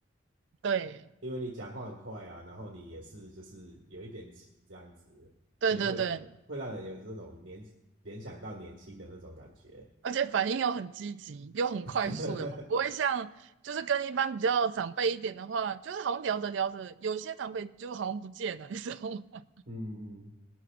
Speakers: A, on the right; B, on the right.
A: 对，
B: 因为你讲话很快啊，然后你也是就是有一点急这样子，
A: 对对对，
B: 所以会有会让人有这种年联想到年轻的那种感觉。
A: 而且反应又很积极，又很快速的嘛，
B: <laughs>
A: 不会像就是跟一般比较长辈一点的话，就是好像聊着聊着，有些长辈就好像不见了，<laughs> 你知道吗？
B: 嗯嗯嗯，